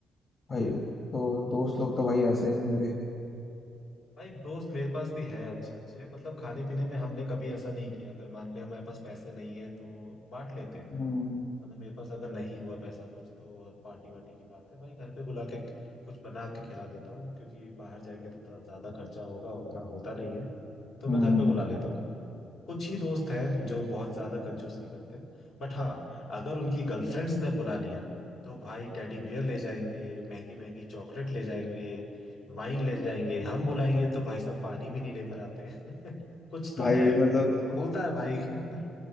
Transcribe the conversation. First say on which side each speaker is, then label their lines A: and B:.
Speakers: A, on the left; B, on the left.
A: भाई तो
B: हाँ
A: दोस्त
B: यार
A: लोग तो भाई ऐसे हैं मेरे
B: भाई दोस्त मेरे पास भी है अच्छे अच्छे मतलब खाने पीने में हमने कभी ऐसा नहीं किया अगर मान ले हमारे पास पैसे नहीं है तो बांट लेते हैं
A: हम्म
B: मतलब मेरे पास अगर नहीं हुआ पैसा कुछ तो और पार्टी वार्टी की बात है भाई घर पे बुला के कुछ बना के खिला देता हूँ क्योंकि बाहर जाएंगे तो थोड़ा ज्यादा खर्चा होगा उतना होता नहीं है तो मैं
A: हम्म
B: घर पे बुला लेता हूँ कुछ ही दोस्त हैं जो बहुत ज्यादा कंजूसी करते हैं बट हाँ अगर उनकी गर्लफ्रेंड्स ने बुला लिया तो भाई टेडी बियर ले जाएंगे महंगी महंगी चॉकलेट ले जाएंगे वाइन ले जाएंगे हम बुलाएंगे तो भाई साहब पानी भी नहीं लेकर आते हैं <laughs> कुछ तो
A: भाई
B: है
A: मतलब
B: होता है भाई <laughs>